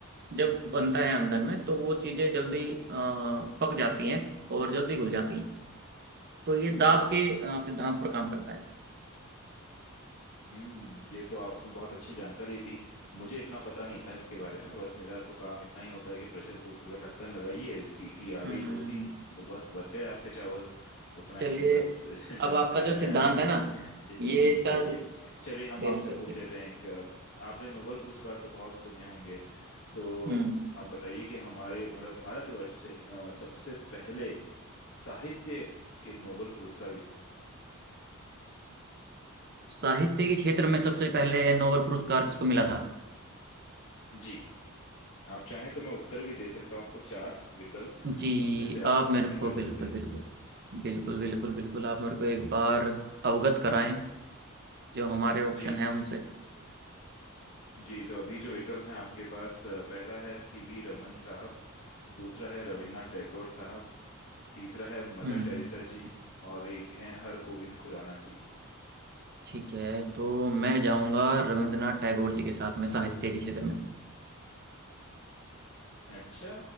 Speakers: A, on the right; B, on the left.
A: जब बनता है अंदर में तो वो चीजें जल्दी अ, पक जाती हैं और जल्दी घुल जाती हैं तो ये दाब के अ, सिद्धांत पर काम करता है
B: हम्म ये तो आपने बहुत अच्छी जानकारी दी मुझे इतना पता नहीं था इसके बारे में बस मेरा तो काम इतना ही होता है कि प्रेशर कुकर का ढक्कन लगाइए सीटी आ
A: हम्म
B: गई दो तीन तो बस बन गए आपके चावल उतना
A: चलिए
B: ही बस <laughs>
A: अब
B: जान
A: आपका
B: पहचान
A: जो सिद्धांत
B: है हमारी
A: है ना
B: जितनी
A: ये
B: होनी
A: इसका
B: चाहिए
A: ज-
B: चलिए हम
A: बिल्कुल
B: आपसे पूछ
A: बिल्कुल
B: लेते हैं एक आपने नोबेल पुरस्कार तो बहुत सुने होंगे तो
A: हम्म
B: आप बताइए कि हमारे मतलब भारतवर्ष से अ, सबसे पहले साहित्य के नोबेल पुरस्कार विज-
A: साहित्य के क्षेत्र में सबसे पहले नोबेल पुरस्कार किसको मिला था
B: जी आप चाहें तो मैं उत्तर भी दे सकता हूँ आपको चार विकल्प
A: जी
B: उनमें से आप
A: आप
B: पसंद
A: मेरे
B: भी
A: को
B: कर
A: बिल्कुल
B: सकते हैं
A: बिल्कुल बिल्कुल बिल्कुल बिल्कुल आप मेरे को एक बार अवगत कराएं जो हमारे ऑप्शन
B: जी
A: है उनसे
B: जी तो अभी जो विकल्प हैं आपके पास अ, पहला है सीवी रमन साहब दूसरा है रविन्द्रनाथ टैगोर साहब तीसरा है मदर
A: हम्म
B: टेरेसा जी और एक है हर गोविंद खुराना जी
A: ठीक है तो मैं जाऊंगा रविंद्रनाथ टैगोर जी के साथ में साहित्य के क्षेत्र में
B: अच्छा